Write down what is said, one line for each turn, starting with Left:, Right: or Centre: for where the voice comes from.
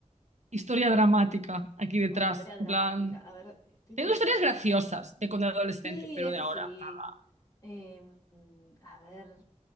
Right: historia dramática aquí detrás.
Left: No hay historia dramática.
Right: En plan,
Left: A ver, estoy
Right: tengo
Left: pensando.
Right: historias graciosas de cuando era adolescente,
Left: Sí,
Right: pero
Left: eso
Right: de ahora,
Left: sí.
Right: nada.
Left: Em, a ver,